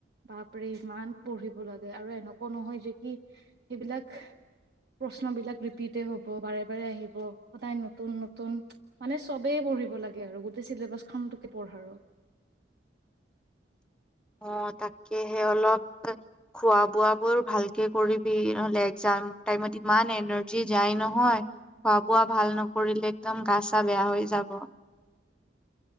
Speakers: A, on the right; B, in the centre.
A: বাপৰে ইমান পঢ়িব লাগে আৰু এনেকুৱা নহয় যে কি, সেইবিলাক প্ৰশ্ন বিলাক ৰিপিট হ'ব বাৰে, বাৰে, আহিব। সদায় নতুন নতুন মানে সবেই পঢ়িব লাগে আৰু গোটেই চিলেবাচ খনটোকে পঢ়া আৰু।
B: অ, তাকেহে অলপ খোৱা বোৱাবোৰ ভালকে কৰিবি নহলে, এক্জাম টাইমত ইমান এনাৰ্জি যায় নহয়। খোৱা-বোৱা ভাল নকৰিলে একদম গা, চা বেয়া হৈ যাব।